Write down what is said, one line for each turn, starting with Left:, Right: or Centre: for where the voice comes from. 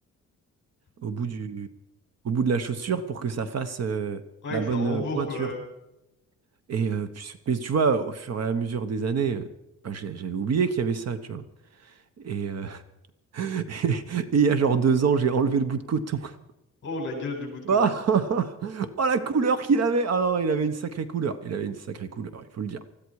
Right: au bout du, au bout de la chaussure pour que ça fasse euh,
Left: Ouais,
Right: la
Left: que
Right: bonne
Left: ça rembourre,
Right: euh, pointure.
Left: quoi. ouais.
Right: Et euh, puis- mais tu vois, au fur et à mesure des années, euh, bah, j'ai- j'avais oublié qu'il y avait ça, tu vois. Et, euh, <laughs> Et il y a genre deux ans, j'ai enlevé le bout de coton. <laughs>
Left: Oh, la gueule du bout de coton.
Right: Oh, Oh, la couleur qu'il avait! Ah non, il avait une sacrée couleur. Il avait une sacrée couleur, il faut le dire.